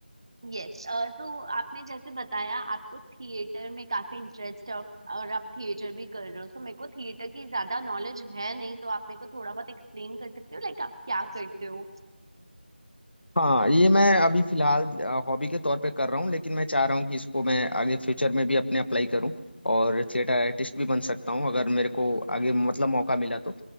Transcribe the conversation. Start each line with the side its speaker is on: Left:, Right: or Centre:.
Right: yes तो आपने जैसे बताया आपको थिएटर में काफी इंटरेस्ट है और और आप थिएटर भी कर रहे हो तो मेरे को थिएटर की ज्यादा नॉलेज है नहीं तो आप मेरे को थोड़ा बहुत एक्सप्लेन कर सकते हो लाइक आप क्या करते हो
Left: हाँ ये मैं अभी फिलहाल हॉबी के तौर पे कर रहा हूँ लेकिन मैं चाह रहा हूँ कि इसको मैं आगे फ्यूचर में भी अपने अप्लाई करूँ और थिएटर आर्टिस्ट भी बन सकता हूँ अगर मेरे को आगे मतलब मौका मिला तो